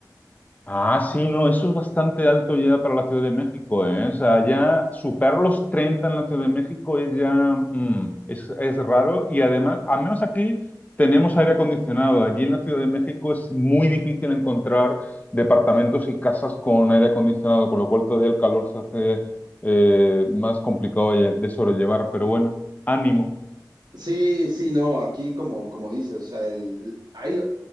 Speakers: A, on the left; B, on the right.
A: Ah, sí, no, eso es bastante alto ya para la Ciudad de México, ¿eh? O sea, ya superar los 30 en la Ciudad de México es ya, mm, es, es raro y además, al menos aquí tenemos aire acondicionado. Allí en la Ciudad de México es muy difícil encontrar departamentos y casas con aire acondicionado, con lo cual todavía el calor se hace eh, más complicado de de sobrellevar. Pero bueno, ánimo.
B: Sí, sí, no, aquí como, como dices, o sea, el, hay,